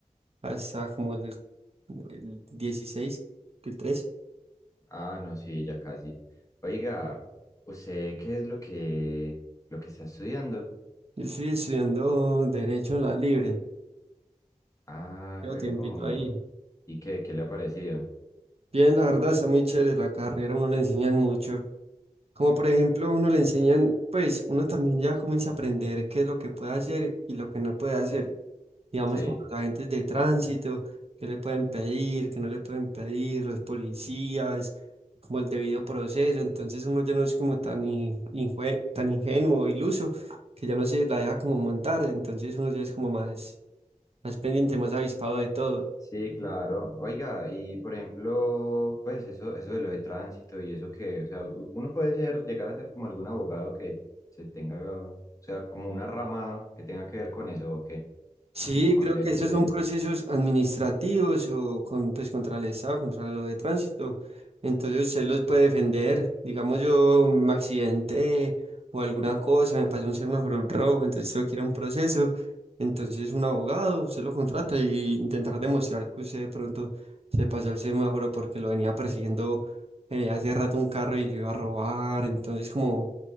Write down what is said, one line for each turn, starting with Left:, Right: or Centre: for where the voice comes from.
Right: hasta como el, el 16 que el 13.
Left: Ah, no, sí, ya casi. Oiga, ¿usted qué es lo que, lo que está estudiando?
Right: Yo estoy estudiando Derecho en la Libre,
Left: Ah,
Right: llevo
Left: huevón.
Right: tiempito ahí.
Left: ¿Y qué, qué le ha parecido?
Right: Bien, la verdad está muy chévere la carrera, a uno le enseñan mucho. Como por ejemplo, uno le enseñan, pues uno también ya comienza a aprender qué es lo que puede hacer y lo que no puede hacer. Digamos,
Left: Sí.
Right: como los agentes de tránsito, qué le pueden pedir, qué no le pueden pedir, los policías, como el debido proceso. Entonces uno ya no es como tan, in- injue- tan ingenuo o iluso que ya no se la deja como montar. Entonces uno ya es como más, más pendiente, más avispado de todo.
Left: Sí, claro. Oiga, y por ejemplo, pues eso, eso de lo de tránsito y eso que, o sea, u- uno puede ser, llegar a ser como algún abogado que se tenga, o sea, como una rama que tenga que ver con eso o qué,
Right: Sí,
Left: como con
Right: creo
Left: leyes
Right: que esos
Left: de...
Right: son procesos administrativos o con, pues, contra el Estado, contra lo de tránsito. Entonces usted los puede defender. Digamos, yo me accidenté o alguna cosa, me pasó un semáforo en rojo, entonces tengo que ir a un proceso. Entonces un abogado, usted lo contrata y intentar demostrar que usted de pronto se pasó el semáforo porque lo venía persiguiendo eh, hace rato un carro y lo iba a robar. Entonces como